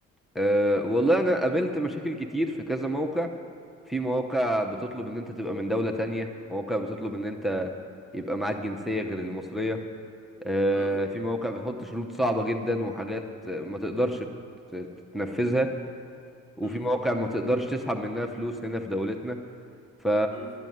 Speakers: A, in the centre; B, on the left (about 85°).
A: أه والله انا قابلت مشاكل كتير في كذا موقع في مواقع بتطلب ان انت تبقى من دولة تانية مواقع بتطلب ان انت يبقى معاك جنسية غير المصرية آه،
B: مم،
A: في مواقع بتحط شروط صعبة جدا وحاجات ما تقدرش ت- تنفذها وفي
B: مم،
A: مواقع ما تقدرش تسحب منها فلوس هنا في دولتنا ف
B: مم.